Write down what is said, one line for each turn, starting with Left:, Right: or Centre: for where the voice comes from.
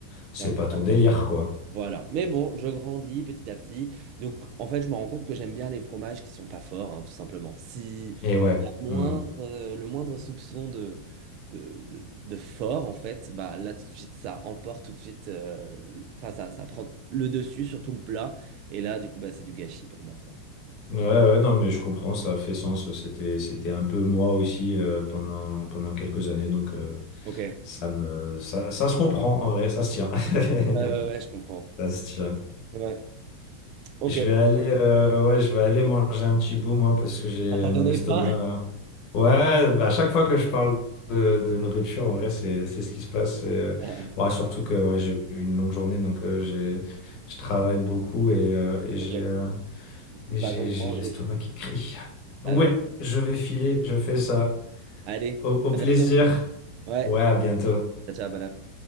Left: c'est
Right: Vraiment,
Left: pas ton délire, quoi.
Right: Voilà. Mais bon, je grandis petit à petit. Donc, en fait, je me rends compte que j'aime bien les fromages qui sont pas forts, hein, tout simplement. Si
Left: Et ouais.
Right: la moindre,
Left: hmm.
Right: euh, le moindre soupçon de, de, de- de fort, en fait, bah là, tout de suite, ça emporte tout de suite. euh, le- Enfin, ça, ça prend le dessus sur tout le plat. Et là, du coup, bah, c'est du gâchis pour moi, quoi.
Left: Ouais, ouais, non, mais je comprends, ça fait sens. C'était, c'était un peu moi aussi euh, pendant, pendant quelques années, donc euh,
Right: Ok. Ouais,
Left: ça me, ça, ça se comprend en vrai, ça se tient. <laughs>
Right: ouais, ouais, je comprends.
Left: Ça se tient.
Right: Ouais. Ok.
Left: Je vais aller, euh, ouais, je vais aller manger un petit bout, moi, parce que j'ai
Right: Ça t'a donné
Left: mon estomac.
Right: faim? <laughs>
Left: euh, Ouais, bah, à chaque fois que je parle de, de nourriture, en vrai, c'est, c'est ce qui se passe. et, euh,
Right: Euh,
Left: bon, surtout que ouais, j'ai eu une longue journée, donc euh, j'ai, je travaille beaucoup et, euh, et j'ai,
Right: ok.
Left: euh, et j'ai,
Right: Va donc
Left: j'ai
Right: manger.
Left: l'estomac qui crie.
Right: Bah,
Left: Ouais,
Right: vas-y.
Left: je vais filer, je fais ça.
Right: Allez,
Left: Au, au
Right: à
Left: plaisir.
Right: bientôt. Ouais.
Left: Ouais, à bientôt.
Right: Ciao, ciao, bon appétit.